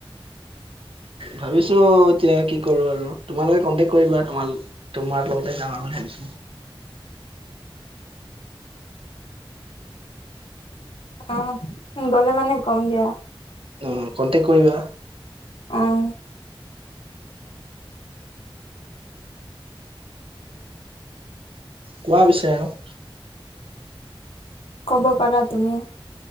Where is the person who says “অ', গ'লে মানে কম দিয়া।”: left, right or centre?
Left